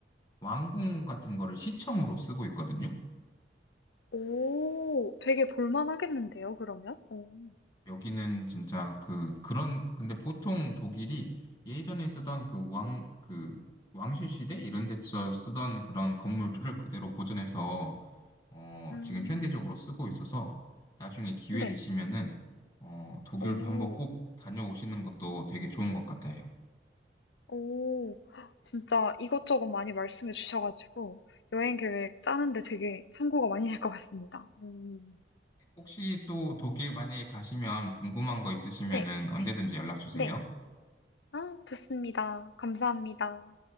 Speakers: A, on the left; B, on the left.
A: 왕궁 같은 거를 시청으로 쓰고 있거든요.
B: 오, 되게 볼만하겠는데요, 그러면? 오,
A: 여기는 진짜 그 그런 근데 보통 독일이 예전에 쓰던 그 왕 그 왕실 시대 이런 데서 쓰던 그런 건물들을 그대로 보존해서 어
B: 음,
A: 지금 현대적으로 쓰고 있어서 나중에 기회
B: 네.
A: 되시면은 어 독일도
B: 오.
A: 한번 꼭 다녀오시는 것도 되게 좋은 것 같아요.
B: 오, 진짜 이것저것 많이 말씀해 주셔가지고 여행 계획 짜는데 되게 참고가 많이 될 것 같습니다. 음.
A: 혹시 또 독일 만약에 가시면 궁금한 거 있으시면은
B: 네,
A: 언제든지 연락 주세요.
B: 네. 아, 좋습니다. 감사합니다.